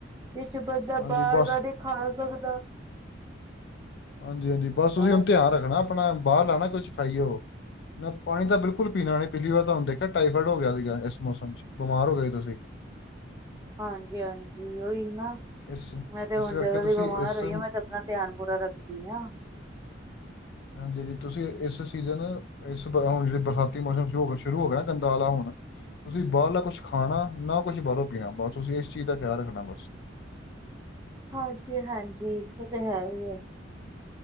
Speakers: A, on the right (about 20°); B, on the left (about 60°).
A: ਕੁਛ ਬੰਦਾ
B: ਹਾਂਜੀ
A: ਬਾਹਰ
B: ਬਸ
A: ਦਾ, ਨਹੀ ਖਾ ਸਕਦਾ
B: ਹਾਂਜੀ ਹਾਂਜੀ ਬਸ ਔਹੀ
A: ਬਾਹਰ
B: ਹੁਣ
A: ਦਾ
B: ਧਿਆਨ ਰੱਖਣਾ ਆਪਣਾ ਬਾਹਰ ਦਾ ਨਾਂ ਕੁਛ ਖਾਈਓ ਮੈ ਪਾਣੀ ਤਾਂ ਬਿਲਕੁਲ ਪੀਣਾ ਨਹੀਂ ਪਹਿਲੀ ਵਾਰ ਤੁਹਾਨੂ ਦੇਖਿਆ ਟਾਈਫਾਈਡ ਹੋ ਗਿਆ ਸੀਗਾ, ਇਸ ਮੌਸਮ ਚ ਬਿਮਾਰ ਹੋ ਗਏ ਸੀ ਤੁਸੀਂ
A: ਹਾਂਜੀ ਹਾਂਜੀ ਉਹੀ ਨਾ
B: ਇਸ
A: ਮੈਂ ਤੇ ਹੁਣ
B: ਇਸ ਕਰਕੇ
A: ਜਦੋਂ
B: ਤੁਸੀਂ
A: ਦੀ ਬਿਮਾਰ
B: ਇਸ
A: ਹੋਈਆ ਮੈਂ ਤੇ ਅਪਣਾ ਧਿਆਨ ਪੂਰਾ ਰੱਖਦੀ ਆਂ
B: ਹਾਂਜੀ ਤੁਸੀਂ ਇਸ ਸੀਜ਼ਨ ਇਸ ਭਹਾਰ ਹੂਣ ਜਿਹੜੇ ਬਰਸਾਤੀ ਮੌਸਮ ਹੋ ਸ਼ੁਰੂ ਹੋ ਗਿਆ ਨਾ ਗੰਦਾ ਵਾਲਾ ਹੁਣ ਤੁਸੀਂ ਬਾਹਰਲਾ ਕੁਛ ਖਾਣਾ ਨਾ ਕੁਛ ਬਾਹਰੋਂ ਪੀਣਾ, ਬਸ ਤੁਸੀਂ ਇਸ ਚੀਜ਼ ਦਾ ਖਿਆਲ ਰੱਖਣਾ ਬਸ
A: ਹਾਂਜੀ ਹਾਂਜੀ ਉਹ ਤੇ ਹੈ ਹੀ ਹੈ